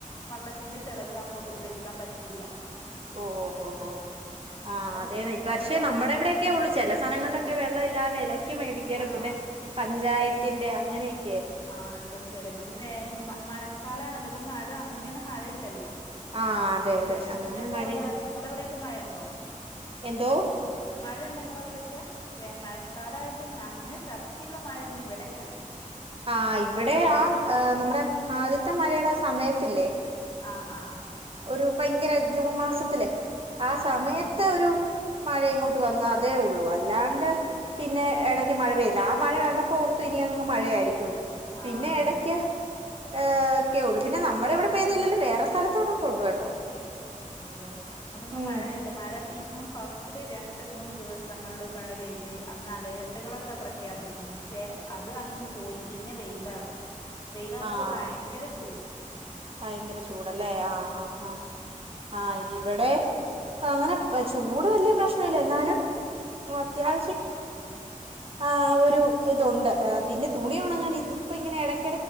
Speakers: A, on the left; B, on the right.
A: വള്ളത്തിന്റെ ചെലവ് അപ്പ ഉപയോഗിക്കാൻ പറ്റില്ല.
B: ഓ ഓ ഓ ഓ. ആഹ്
A: ഇങ്ങള്
B: അതെന്നെ
A: ഇങ്ങൾക്കും
B: പക്ഷേ
A: അങ്ങനെ
B: നമ്മുടെ ഇവിടെയൊക്കെ ഉള്ളു ചില സ്ഥലങ്ങളിലൊക്കെ വെള്ളയില്ലാതെ അ <unintelligible> മേടിക്കാനും
A: ആഹ്
B: പിന്നെ പഞ്ചായത്തിന്റെ അങ്ങനെയെകെ.
A: ആ ഇട്ട് എന്തച്ച വേ വേനൽ മഴക്കാലാണല്ലോ ഇപ്പൊ മഴ അങ്ങനെ മഴയില്ലല്ലോ
B: ആ അതെ അതെ
A: ഇങ്ങനെ
B: അങ്ങനെ
A: പോയാല്
B: മഴയിൽ
A: നിങ്ങളെവിടെക്കെ മഴ ഉണ്ടോ?
B: എന്തോ
A: മഴ ഇൻണ്ട നിങ്ങളെ അവിടെ മഴക്കാലായിട്ട് അങ്ങനെ ശക്തിയുള്ള മഴയൊന്നും ഇവിടെയില്ല.
B: ആ ഇവിടെ ആ നമ്മുടെ ആദ്യത്തെ മഴയുടെ ആ സമയത്തില്ലേ.
A: ആഹ ആഹ
B: ഒരു ഭയങ്കര ജൂൺ മാസത്തിലെ ആ
A: ആഹ്
B: സമയത്ത്
A: ആഹ് ആഹ്
B: ഒരു. മഴ ഇങ്ങോട്ട് വന്ന അതേ ഉള്ളൂ അല്ലാണ്ട്
A: ആഹ്
B: പിന്നെ
A: ആഹ്
B: ഇടക്ക് മഴ പെയ്ല്ല. മഴ കണ്ടപ്പോ ഓർത്തു ഇനി അങ്ങ് മഴയായിരിക്കുംന്ന്
A: ആഹ്
B: പിന്നെ
A: അങ്ങനെ
B: ഇടക്ക്
A: തന്നെ
B: ഏഹ്. ക്കെ ഉള്ളു പിന്നെ നമ്മുടെ ഇവിടെ പെയ്തിലെലും വേറെ സ്ഥലത്തോടൊക്കെ ഉണ്ട് കേട്ടോ.
A: ണ്ടല്ലേ ഇവിടൊന്നും
B: ഉം
A: മഴയില്ല മഴ ഈ ജൂൺ ഫസ്റ്റില് രണ്ട് മൂന്ന് ദിവസങ്ങളിൽ മഴ പെയ്ത് അന്ന് അലേർട്ടുകളൊക്കെ പ്രഖ്യാപിച്ചിന് പക്ഷേ പക്ഷെ അത് അങ്ങ് പോയി പിന്നെ വെയിലറച്ചു വെയിലറച്ചത്
B: ആഹ്
A: ഭയങ്കര ചൂട്.
B: ഭയങ്കര ചൂടല്ലേ ആഹ് ആ ആഹ് ആഹ് ഇവിടെ അങ്ങനെ. ചൂട് വലിയ പ്രശ്നം ഇല്ല എന്നാലും ഉം അത്യാവശ്യം. ആ്
A: ആ
B: ഒരു ഇതുണ്ട് പിന്നെ തുണി ഉണങ്ങാൻ ഇതിപ്പോ ഇങ്ങനെ ഇടക്ക്.